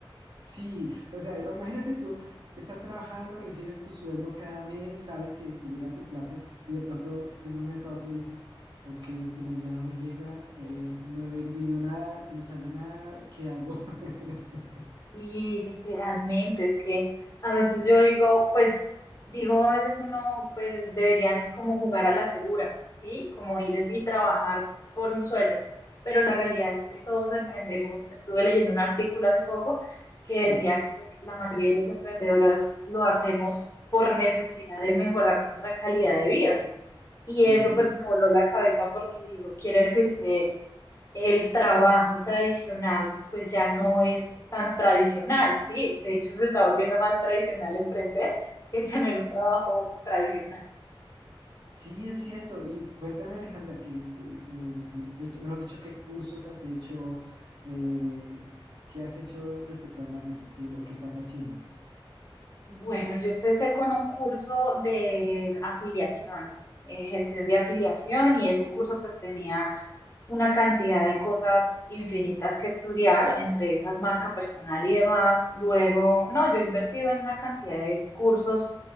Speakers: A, on the right; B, on the left.
A: sí, o sea, imagínate tú, estás trabajando, recibes tu sueldo cada mes, sabes que te llega tu plata y de pronto de un momento a otro dices, ok, este mes ya no me llega, eh, no he vendido nada, no sale nada, ¿qué hago? <laughs>
B: Y literalmente, es que a veces yo digo, pues, digo, a veces uno, pues, deberían como jugar a la segura, ¿sí? Como ir y trabajar por un sueldo. Pero la realidad es que todos emprendemos. Estuve leyendo un artículo hace poco que
A: Sí,
B: decía que la mayoría de las emprendedoras lo hacemos por necesidad de mejorar nuestra calidad de vida. Y
A: sí,
B: eso pues me voló la cabeza porque digo, quiere decir que el trabajo tradicional pues ya no es tan tradicional, ¿sí? De hecho, se está volviendo más tradicional emprender que tener un trabajo tradicional.
A: sí es cierto. Y cuéntame, Alejandra, que, eh, me- mejor dicho, ¿qué cursos has hecho? Eh, ¿qué has hecho respecto al marketing? ¿Qué- o qué estás haciendo?
B: Bueno, yo empecé con un curso de afiliación, eh, gestión de afiliación, y ese curso pues tenía una cantidad de cosas infinitas que estudiar, entre esas marca personal y demás. Luego, no, yo he invertido en una cantidad de cursos